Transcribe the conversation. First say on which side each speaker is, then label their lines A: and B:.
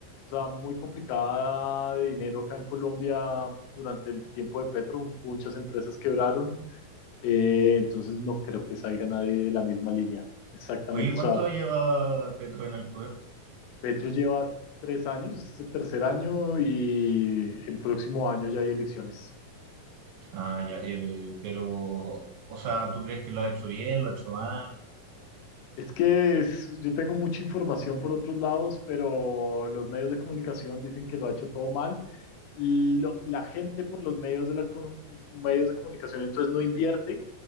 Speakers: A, on the left (about 85°); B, on the right (about 80°).
A: o sea, muy complicada de dinero acá en Colombia durante el tiempo de Petro, muchas empresas quebraron Eh, entonces no creo que salga nadie de la misma línea. Exactamente.
B: Oye, ¿cuánto
A: O sea,
B: lleva Petro en el poder?
A: Petro lleva tres años, este es el tercer año y el próximo año ya hay elecciones.
B: Ah, ya, eh, pero, o sea, ¿tú crees que lo ha hecho bien, lo ha hecho mal?
A: Es que es- yo tengo mucha información por otros lados, pero los medios de comunicación dicen que lo ha hecho todo mal. lo- la gente por los medios de, la, comu- medios de comunicación entonces no invierte,